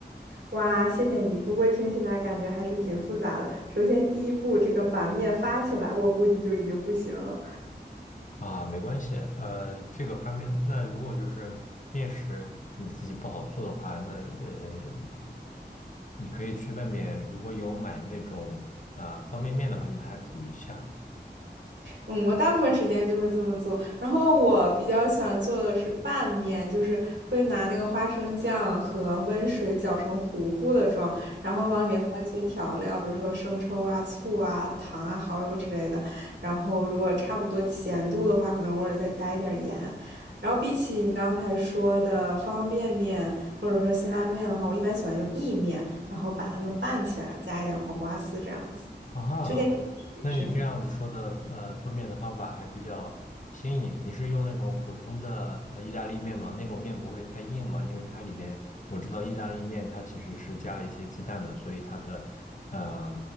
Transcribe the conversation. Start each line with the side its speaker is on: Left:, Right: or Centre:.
Right: 哇，谢谢你。不过听起来感觉还是挺复杂的。首先，第一步，这个把面发起来，我估计就已经不行了。
Left: 啊。没关系，呃，这个方面，那如果就是面食你自己不好做的话，那呃，你可以去外面，如果有买那种啊、方便面的话，你把它煮一下，
Right: 嗯，我大部分时间就会这么做。然后我比较喜欢做的是拌面，就是会拿那个花生酱和温水搅成糊糊的状，然后往里面放一些调料，比如说生抽啊、醋啊、糖啊、蚝油之类的。然后如果差不多咸度的话，可能偶尔再加一点盐。然后比起你刚才说的方便面或者说辛拉面的话，我一般喜欢用意面，然后把它们拌起来，加一点黄瓜丝这样子。
Left: 啊，
Right: 推荐你试一试
Left: 那你这样子说的，呃，做面的方法还比较新颖。你是用那种普通的呃意大利面吗？那种面不会太硬吗？因为它里面我知道意大利面它其实是加了一些鸡蛋的，所以它的嗯、